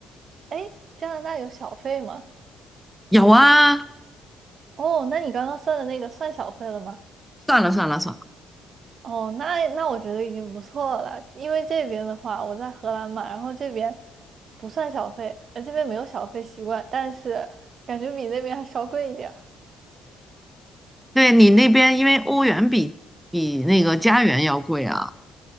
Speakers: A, on the right (about 45°); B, in the centre.
A: 哎，加拿大有小费吗？
B: 有啊，
A: 哦，那你刚刚算的那个算小费了吗？
B: 算了算了算了，
A: 哦，那那我觉得已经不错了，因为这边的话，我在荷兰嘛，然后这边不算小费，呃，这边没有小费习惯，但是感觉比那边还稍贵一点儿。
B: 对你那边因为欧元比比那个加元要贵啊，